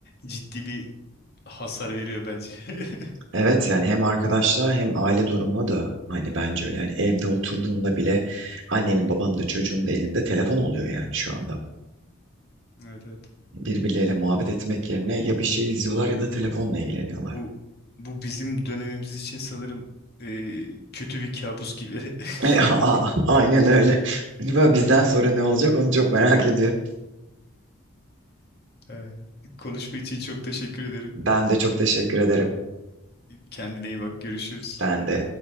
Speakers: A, on the left; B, on the right.
A: ciddi bir hasar veriyor bence. <laughs>
B: Evet yani hem arkadaşlığa hem aile durumuna da hani bence öyle. Yani evde oturduğunda bile annenin babanın da çocuğun da elinde telefon oluyor yani şu anda.
A: Evet evet.
B: Birbirleriyle muhabbet etmek yerine ya bir şey izliyorlar ya da telefonla ilgileniyorlar.
A: Bu bu bizim dönemimiz için sanırım e, kötü bir kabus gibi. <laughs>
B: E, a- a- Aynen öyle. Böyle bizden sonra ne olacak onu çok merak ediyorum.
A: Evet. Konuşma için çok teşekkür ederim.
B: Ben de çok teşekkür ederim.
A: Kendine iyi bak, görüşürüz.
B: Sen de.